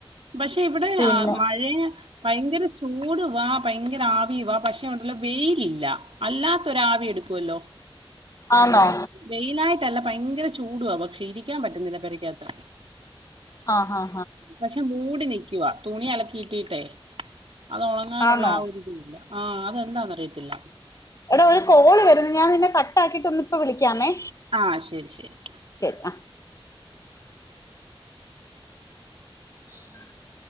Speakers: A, on the right (about 80°); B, on the left (about 35°).
A: പഷെ ഇവിടെ
B: പിന്നെ
A: ആ മഴയ ഭയങ്കര ചൂടുവാ ഭയങ്കര ആവി വ പഷെ അവടെള്ള വെയിലല്ല അല്ലാത്തൊരു ആവി എടുക്കുവല്ലോ
B: ആ ന്നോ
A: വെയിലായിട്ടല്ല ഭയങ്കര ചൂടുവാ പക്ഷെ ഇരിക്കാൻ പറ്റുന്നില്ല പേരയ്ക്കാത്ത്
B: ആഹാ
A: പക്ഷെ മൂടി നിക്കുവാ തുണി അലക്കിട്ടീട്ടേ അത് ഒണങ്ങാനുള്ള
B: ആന്നോ
A: ആ ഒരുതില്ല ആ അതെന്താന്നറിയത്തില്ല
B: എട ഒരു കോള് വരുന്നു ഞാൻ നിന്നെ കട്ട ആാക്കിട്ട് ഒന്ന് ഇപ്പോ വിളിക്കാമേ
A: ആ ശെരി ശെരി
B: ശരി ആ <inaudible>